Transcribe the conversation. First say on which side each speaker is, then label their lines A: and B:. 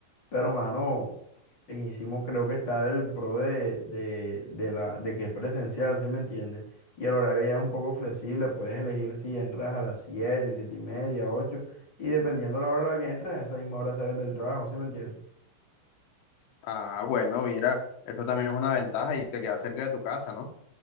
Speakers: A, on the left; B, on the left.
A: pero mano, en Isimo creo que está el pro de, de, de la, de que es presencial, ¿se me entiende? Y el horario ya es un poco flexible, puedes elegir si entras a las siete 7 y media, 8 y dependiendo la hora a la que entres, a esa misma hora sales del trabajo, ¿se me entiende?
B: Ah, bueno, mira, eso también es una ventaja y te queda cerca de tu casa, ¿no?